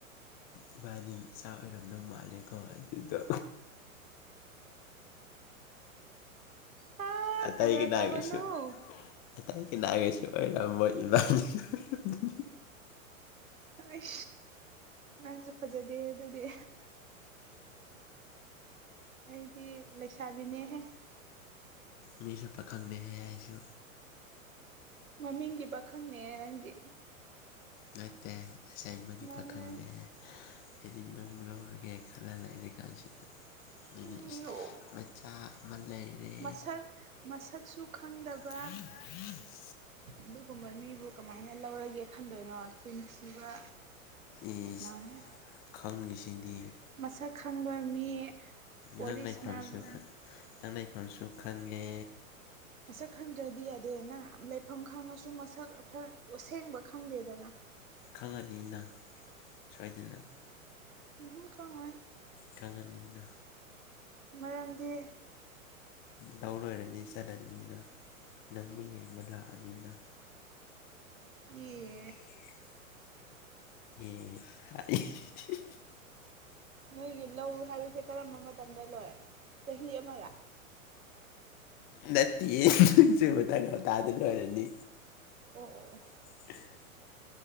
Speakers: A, on the left; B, on the right.
A: ꯏꯕꯥꯅꯤ ꯏꯆꯥ ꯑꯣꯏꯔꯝꯗꯧ ꯃꯥꯜꯂꯦꯀꯣ ꯑꯗꯨꯗꯣ
B: ꯑꯥ
A: ꯑꯇꯩꯒꯤ
B: ꯀꯗꯔ
A: ꯅꯥꯒꯤꯁꯨ
B: ꯇꯧꯒꯅꯨ
A: ꯑꯇꯩ ꯀ ꯅꯥꯒꯤꯁꯨ ꯑꯣꯏꯔꯝꯃꯣꯏ ꯏꯃꯥꯅꯤꯒꯤ <unintelligible>
B: ꯑꯩ ꯅꯪꯁꯨ ꯐꯖꯗꯦ ꯑꯗꯨꯗꯤ꯫ ꯑꯩꯗꯤ ꯂꯩꯁꯥꯕꯤꯅꯦꯍꯦ꯫
A: ꯃꯤꯁꯨ ꯄꯥꯈꯪꯅꯦꯍꯦꯛ ꯍꯥꯏꯁꯨ
B: ꯃꯃꯤꯡꯒꯤ ꯄꯥꯈꯪꯅꯦ ꯅꯪꯗꯤ꯫
A: ꯅꯠꯇꯦ ꯑꯁꯦꯡꯕꯒꯤ
B: ꯃꯥꯅꯦ
A: ꯄꯥꯈꯪꯅꯦ꯫ ꯍꯥꯏꯗꯤ ꯅꯪꯕꯨ ꯂꯧꯔꯒꯦ ꯈꯜꯂ ꯂꯩꯔꯤ ꯀꯥꯟꯁꯤꯗ ꯑꯩꯅ꯫
B: ꯎꯝ
A: ꯃꯆꯥ ꯑꯃ ꯂꯩꯔꯦ
B: ꯃꯁꯛ ꯃꯁꯛꯁꯨ ꯈꯪꯗꯕ
A: <unintelligible>
B: ꯑꯗꯨꯒꯨꯝꯕ ꯃꯤꯕꯨ ꯀꯃꯥꯏꯅ ꯂꯧꯔꯒꯦ ꯈꯟꯗꯣꯏꯅꯣ ꯆꯤꯟꯊꯤꯕ꯫
A: ꯏꯁ
B: ꯅꯪ
A: ꯈꯪꯉꯤꯁꯤꯗꯤꯕ
B: ꯃꯁꯛ ꯈꯪꯕ ꯃꯤ ꯋꯥꯔꯤ
A: ꯅꯪ ꯉꯏꯐꯁꯨ
B: ꯁꯥꯟꯅꯕ
A: ꯈ <unintelligible> ꯇꯪ ꯂꯩꯩꯐꯝꯁꯨ ꯈꯪꯉꯦ
B: ꯃꯁꯛ ꯈꯪꯗ꯭ꯔꯗꯤ ꯌꯥꯗꯦ ꯅꯪ ꯂꯩꯐꯝ ꯈꯪꯉꯁꯨ ꯃꯁꯛ ꯑꯁꯦꯡꯕ ꯈꯪꯗꯦꯗꯅ
A: ꯈꯪꯉꯅꯤꯅ ꯁꯣꯏꯗꯅ
B: ꯎꯍꯨꯝ ꯈꯪꯉꯣꯏ
A: ꯈꯪꯍꯟꯅꯤꯡꯅ
B: ꯃꯔꯝꯗꯤ
A: ꯂꯧ ꯂꯣꯏꯔꯗꯤ ꯆꯠꯂꯅꯤꯅ ꯅꯪꯕꯨ ꯌꯦꯡꯕ ꯂꯥꯛꯑꯅꯤꯅ
B: ꯌꯦ
A: ꯑꯦ ꯑꯦ ꯍꯥꯏ <unintelligible>
B: ꯅꯣꯏꯒꯤ ꯂꯧ ꯍꯥꯏꯕꯁꯦ ꯀꯔꯝꯕ ꯃꯇꯝꯗ ꯂꯣꯏ ꯆꯍꯤ ꯑꯃꯔ
A: ꯅꯠꯇꯤ ꯃꯥ ꯊꯥꯪ ꯍꯞꯇꯗ ꯂꯣꯏꯔꯅꯤ
B: ꯑꯣ ꯑꯣ ꯑꯣ
A: <inaudible>